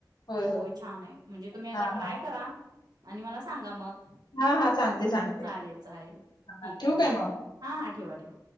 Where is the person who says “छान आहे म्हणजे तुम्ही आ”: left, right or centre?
Right